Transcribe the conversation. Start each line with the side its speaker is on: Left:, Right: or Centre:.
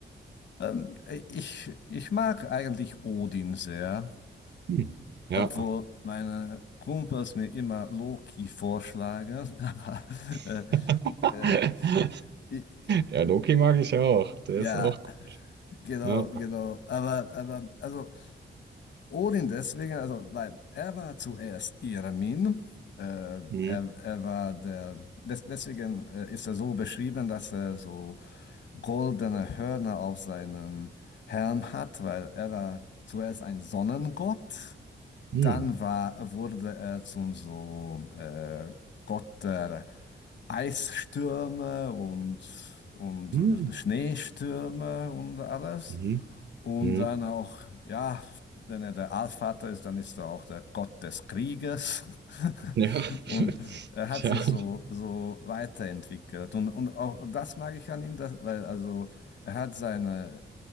Left: Ähm, ich, ich mag eigentlich Odin sehr,
Right: Hm. Ja.
Left: obwohl meine Kumpels mir immer Loki vorschlagen. <laughs> Aber äh,
Right: <laughs>
Left: äh, i- i-
Right: Ja, Loki mag ich auch. Der
Left: ja,
Right: ist auch gut.
Left: genau,
Right: Ja.
Left: genau. Aber, aber also Odin deswegen, also, weil er war zuerst Irmin. Äh,
Right: Hm.
Left: er, er war der, des, deswegen äh, ist er so beschrieben, dass er so goldene Hörner auf seinem Helm hat, weil er war zuerst ein Sonnengott, dann
Right: Hm.
Left: war, wurde er zum so äh, Gott der Eisstürme und, und
Right: Hm.
Left: Schneestürme und alles.
Right: Mhm.
Left: Und
Right: Hm.
Left: dann auch, ja, wenn er der Allvater ist, dann ist er auch der Gott des Krieges. <laughs>
Right: Ja.
Left: Und
Right: <laughs>
Left: er hat
Right: Ja.
Left: sich so, so weiterentwickelt. Und, und auch das mag ich an ihm, dass, weil also er hat seine